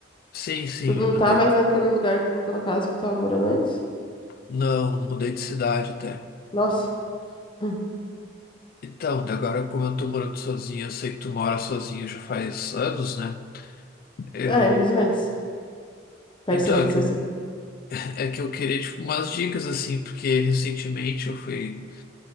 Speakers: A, on the left; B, on the left.
A: sim, sim,
B: Tu não
A: me mudei.
B: tá mais naquele lugar, naquela casa que tu tava morando antes?
A: Não, mudei de cidade até.
B: Nossa. Hum.
A: Então, daí agora como eu tô morando sozinho, eu sei que tu mora sozinho já faz anos, né? Eu,
B: É, mais ou menos. Percebente
A: então, é que
B: assim.
A: eu, é que eu queria, tipo, umas dicas, assim, porque recentemente eu fui,